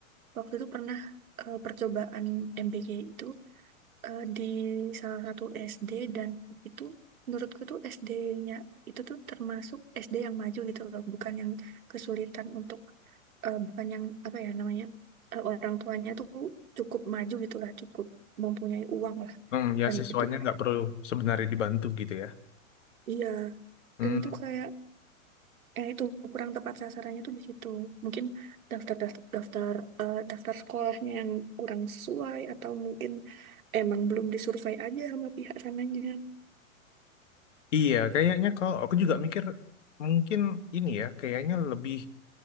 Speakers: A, on the right; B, on the left.
A: waktu itu pernah eh, percobaan MBG itu eh, di salah satu SD dan itu menurutku tuh SD-nya itu tuh termasuk SD yang maju gitu loh, bukan yang kesulitan untuk eh, bukan yang apa ya namanya eh, orang tuanya tuh cukup maju gitu lah, cukup mempunyai uang lah.
B: Hmm, ya
A: Dan
B: siswanya
A: itu kayak-
B: nggak perlu sebenarnya dibantu gitu ya.
A: iya,
B: Hmm,
A: dan itu kayak eh itu kurang tepat sasarannya tuh di situ. Mungkin daftar daftar daftar eh, daftar sekolahnya yang kurang sesuai atau mungkin emang belum disurvei aja sama pihak sananya.
B: iya, kayaknya kalau aku juga mikir mungkin ini ya, kayaknya lebih